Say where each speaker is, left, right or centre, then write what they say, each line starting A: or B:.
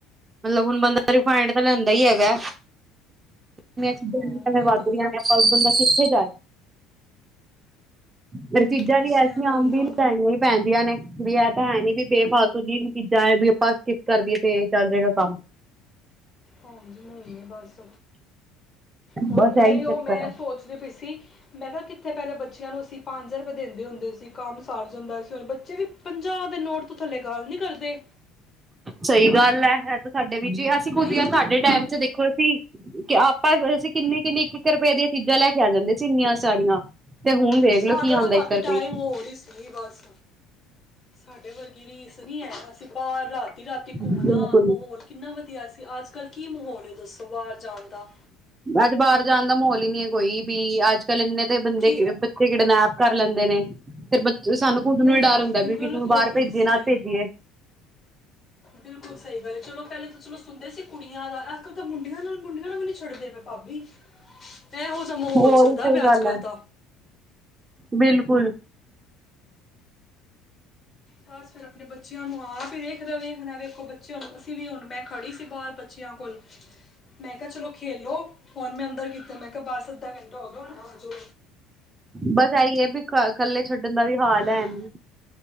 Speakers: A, on the right; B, on the left.
A: ਬੰ ਰਿਫਾਈੰਡ ਤਾਂ ਲੈਂਦਾ ਹੀ ਹੈਗਾ ਮੈਂ ਸਧ
B: ਹਾਂ
A: ਸਮੇਂ
B: ਉਹੀ
A: ਵੱਧ
B: ਤਾਂ
A: ਰਿਹੀਹਾ ਆਪਾਂ ਬੰਦਾ ਕਿੱਥੇ ਜਾਏ ਪਰ ਚੀਜ਼ਾਂ
B: ਬਸ
A: ਵੀ ਐਸੀਆਂ
B: ਐਵੇਂ
A: ਆਮਦੀ
B: ਹੀ ਹੁਣ
A: ਲ ਲੈਣੀਆਂ ਹੀ ਪੈਂਦੀਆਂ ਨੇ ਵੀ ਇਹ ਤਾਂ ਹੈ ਨੀ ਵੀ ਬੇ ਫਾਲਤੂ ਜੀ ਚੀਜ਼ਾਂ ਹੈ ਵੀ ਆਪਾਂ ਸਕਿੱਪ ਕਰਦੀਏ ਤੇ ਚੱਲ ਜਾਏਗਾ ਕੰਮ
B: ਹਾਂਜੀ ਨਹੀਂ ਬਸ ਹੁਣ
A: ਬਸ ਇਹੀ
B: ਇ ਉਹ
A: ਚੱਕਰ
B: ਮੈਂ
A: ਆ
B: ਸੋਚਦੀ ਪਈ ਸੀ ਮੈਂ ਕਿਹਾ ਕਿੱਥੇ ਪਹਿਲੇ ਬੱਚਿਆਂ ਨੂੰ ਅਸੀਂ ਪੰਜ ਰੁਪਏ ਦਿੰਦੇ ਹੁੰਦੇ ਸੀ ਕੰਮ ਸਾਰ ਜਾਂਦਾ ਸੀ ਬੱਚੇ ਵੀ ਪੰਜਾਹ ਦੇ ਨੋਟ ਤੋਂ ਥੱਲੇ ਗਾਲ ਨੀ ਕਰਦੇ
A: ਸਹੀ ਗੱਲ ਹੈ ਇਹ ਤਾਂ ਸਾਡੇ ਵੀ ਜੀ ਅਸੀਂ ਖੁਦ
B: ਨਹੀਂ
A: ਯਾਰ ਸਾਡੇ ਟਾਈਮ ਚ ਦੇਖੋ ਅਸੀਂ ਕਿ ਪਰ ਅਸੀਂ ਕਿੰਨੀ ਕਿੰਨੀ ਇੱਕ ਇੱਕ ਰੁਪਏ ਦੀਆਂ ਚੀਜ਼ਾਂ ਲੈ ਕੇ ਆ ਜਾਂਦੇ ਸੀ ਇਨੀਆਂ ਸਾਰੀਆਂ ਤੇ ਹੁਣ ਦੇਖ
B: ਸਾਡਾ
A: ਲੋ ਕੀ ਆਉਂਦਾ
B: ਤਾਂ ਭਾਬੀ
A: ਇੱਕ ਰੁਪਏ
B: ਟਾਈਮ
A: ਚ
B: ਹੋਰ ਹੀ ਸੀ ਬਸ ਸਾਡੇ ਵਰਗੀ ਰੀਸ ਨੀ ਹੈ ਅਸੀਂ ਬਾਹਰ ਰਾਤੀ ਰਾਤੀ ਘੁੰਮਣਾ
A: ਬਿਲਕੁਲ
B: ਮਾਹੌਲ ਕਿੰਨਾ ਵਧੀਆ ਸੀ ਅਜ ਕੱਲ ਕੀ ਮਾਹੌਲ ਹੈ ਦੱਸੋ ਬਾਹਰ ਜਾਣ ਦਾ
A: ਅੱਜ ਬਾਹਰ ਜਾਣ ਦਾ ਮਾਹੌਲ ਨਹੀਂ ਹੈ ਕੋਈ ਵੀ ਅੱਜ ਕੱਲ ਇੰਨੇ ਦੇ ਬੰਦੇ
B: ਕੀ
A: ਬੱਚੇ ਕਿਡਨੈਪ ਕਰ ਲੈਂਦੇ ਨੇ ਫਿਰ ਬ ਸਾਨੂੰ ਕੁ
B: ਨਹੀਂ
A: ਮੈਨੂੰ ਹੀ ਡਰ
B: ਭਾਬੀ
A: ਹੁੰਦੈ
B: ਬਿਲਕੁਲ
A: ਕਿਨੂੰ ਬਾਹਰ ਭੇਜੀਏ
B: ਨਹੀਂ
A: ਨਾ
B: ਸਹੀ
A: ਭੇਜੀਏ
B: ਬਿਲਕੁਲ ਸਹੀ ਗੱਲ ਚਲੋ ਪਹਿਲੇ ਤਾਂ ਚਲੋ ਸੁਣਦੇ ਸੀ ਕੁੜੀਆਂ ਦਾ ਅਜ ਕੱਲ ਤਾਂ ਮੁੰਡੀਆਂ ਨਾਲ ਮੁੰਡਿਆਂ ਨਾਲ ਵੀ ਨਹੀਂ ਛੱਡਦੇ ਪਏ ਭਾਬੀ ਇਹੋ ਜਿਹਾ ਮਾਹੌਲ
A: ਹੋਰ
B: ਚੱਲਦਾ
A: ਸਹੀ
B: ਪਿਆ ਅੱਜ
A: ਗੱਲ
B: ਕੱਲ੍ਹ
A: ਹੈ
B: ਦਾ
A: ਬਿਲਕੁਲ
B: ਬਸ ਫਿਰ ਆਪਣੇ ਬੱਚਿਆਂ ਨੂੰ ਆਪ ਹੀ ਵੇਖਣੈ ਵੇਖਣੈ ਰ ਵੇਖੋ ਬੱਚੇ ਹ ਅਸੀਂ ਵੀ ਹੁਣ ਮੈਂ ਖੜੀ ਸੀ ਬਾਹਰ ਬੱਚਿਆਂ ਕੋਲ ਮੈਂ ਕਿਹਾ ਚਲੋ ਖੇਲੋ ਹੁਣ ਮੈਂ ਅੰਦਰ ਕੀਤਾ ਮੈਂ ਕਿਹਾ ਬਸ ਅੱਧਾ ਘੰਟਾ ਹੋ ਗਿਆ, ਹੁਣ ਘਰ ਚਲੋ
A: ਬਸ ਆਈਏ ਵੀ ਘਰ ਇਕੱਲੇ ਛੱਡਣ ਦਾ ਵੀ ਹਾਲ ਹੈ
B: ਹਨਾ?
A: ਨੀ